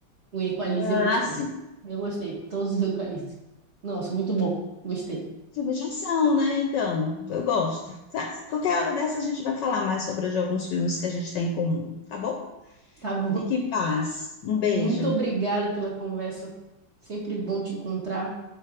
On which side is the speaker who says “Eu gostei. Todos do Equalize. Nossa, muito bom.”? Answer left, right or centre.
Right